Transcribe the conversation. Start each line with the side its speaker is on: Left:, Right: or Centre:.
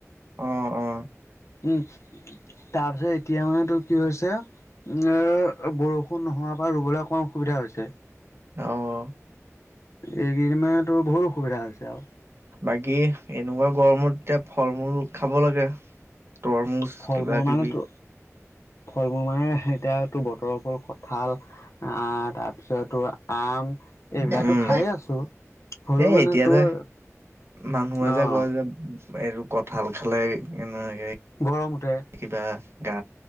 Right: অ অ,
Left: উম তাৰপিছত এতিয়া মানে তো কি হৈছে। এ বৰষুণ নোহোৱাৰ পৰা ৰুবলে অকণমান অসুবিধা হৈছে।
Right: অ
Left: এই কেইদিনমানেতো বহুত অসুবিধা হৈছে আৰু
Right: বাকী এনেকুৱা গৰমত এতিয়া ফল-মূল খাব লাগে। তৰমুজ
Left: ফল-মূল
Right: কিবা কিবি।
Left: মানে তো ফল-মূল মানে এতিয়াটো বতৰৰ ফল ক ' কঁঠাল আঁ--তাৰপিছত তোৰ আম এইবিলাকটো
Right: উম।
Left: খাইয়ে আছোঁ। হ'লো
Right: এ
Left: মানে
Right: এতিয়া
Left: তোৰ
Right: যে মানুহে
Left: অঁ
Right: যে কয় যে এইটো কঁঠাল খালে এনেকে
Left: গৰম উঠে।
Right: কিবা গা